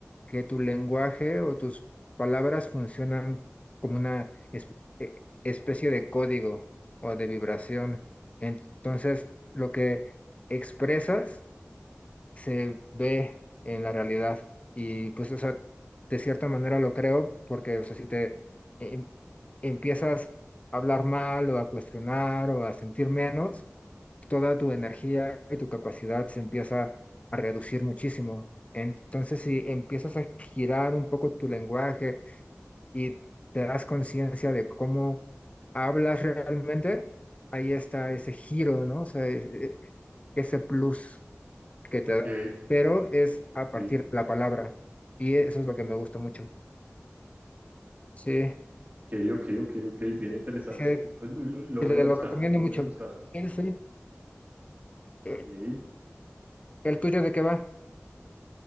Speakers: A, on the left; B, on the right.
A: que tu lenguaje o tus palabras funcionan como una es- e- especie de código o de vibración. Entonces, lo que expresas se ve en la realidad. Y pues, o sea, de cierta manera lo creo, porque, o sea, si te em- empiezas a hablar mal o a cuestionar o a sentir menos, toda tu energía y tu capacidad se empieza a reducir muchísimo. Entonces, si empiezas a girar un poco tu lenguaje y te das conciencia de cómo hablas realmente, ahí está ese giro, ¿no? O sea, e- e- ese plus que
B: ok,
A: te da, pero es
B: ok,
A: a partir de la palabra. Y e, eso es lo que me gusta mucho. Sí,
B: ok, ok, ok, ok, bien interesante.
A: sí,
B: Pues lo, lo- lo
A: te
B: voy a buscar,
A: lo recomiendo
B: lo
A: mucho.
B: voy a buscar.
A: Sí, sí. Eh,
B: Ok.
A: ¿El tuyo de qué va?